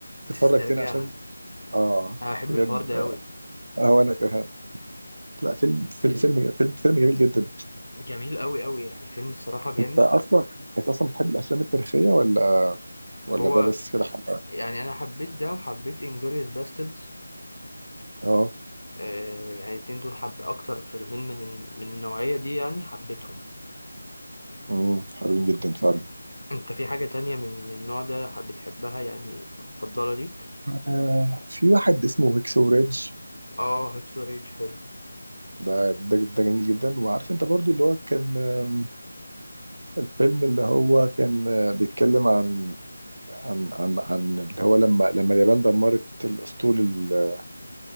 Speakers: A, on the right (about 60°); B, on the left (about 80°).
A: تتفرج
B: تسترجعها
A: تاني عشان اه
B: انا بحب
A: بجد
B: الحوار ده قوي
A: اه انا كمان لا فيلم فيلم فيلم فيلم فيلم جميل جدا
B: وجميل قوي قوي يعني فيلم الصراحه جامد
A: انت اصلا انت اصلا بتحب الافلام التاريخيه ولا ولا
B: هو
A: ده بس كده حلقه
B: يعني انا حبيت ده وحبيت انجلوريوس باستردز
A: اه
B: آه يعني الاتنين دول حب اكتر فيلمين من من النوعيه دي يعني حبيتهم
A: امم حلوين جدا فعلا
B: انت في حاجه تانية من النوع ده حب- بتحبها يعني مفضله ليك
A: آه في واحد اسمه هيكسو ريدج
B: اه هيكسو ريدج حلو
A: ده ده ده جميل جدا وعارف انت برضو اللي هو كان آم، الفيلم اللي هو كان آه، بيتكلم عن عن عن عن اللي هو لما لما اليابان دمرت الاسطول ال-